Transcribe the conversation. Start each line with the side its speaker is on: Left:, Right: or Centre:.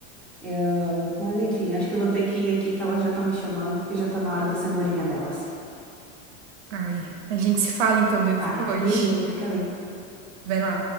Centre: Ahn, mas enfim, acho que eu vou ter que ir aqui que elas já estão me chamando, porque já tá na hora da cenourinha delas.
Right: Ai, a gente se fala então depois.
Centre: Tá, beijinho, fica bem.
Right: Vai lá.